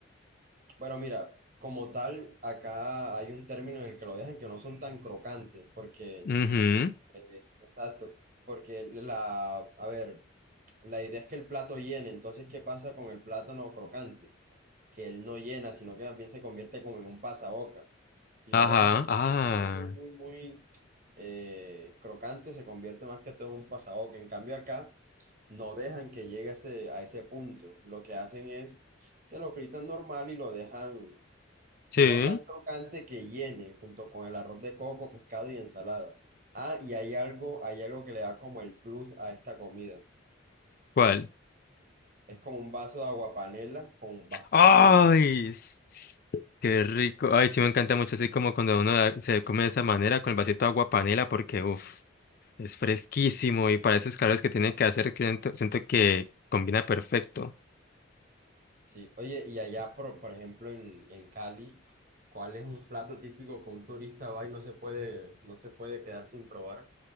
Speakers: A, on the right; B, on the left.
A: Bueno, mira, como tal, acá hay un término en el que lo dejan que no son tan crocantes, porque,
B: Ujú,
A: eh, exacto, porque la, a ver, la idea es que el plato llene, entonces, ¿qué pasa con el plátano crocante? Que él no llena, sino que más bien se convierte como en un pasaboca. Si
B: Ajá,
A: lo dejas muy,
B: ah,
A: muy, muy, muy, muy eh, crocante, se convierte más que todo en un pasaboca. En cambio, acá no dejan que llegue a ese, a ese punto. Lo que hacen es que lo fritan normal y lo dejan
B: sí.
A: no tan crocante que llene, junto con el arroz de coco, pescado y ensalada. Ah, y hay algo, hay algo que le da como el plus a esta comida.
B: ¿Cuál?
A: Es como un vaso de aguapanela con bastante
B: ¡Ay!
A: limón.
B: s- ¡Qué rico! Ay, sí me encanta mucho así como cuando uno la- se come de esa manera con el vasito de agua panela porque, uff, es fresquísimo y para esos calores que tiene que hacer, que siento siento que combina perfecto.
A: Sí. Oye, y allá, por, por ejemplo, en, en Cali, ¿cuál es un plato típico que un turista va y no se puede, no se puede quedar sin probar?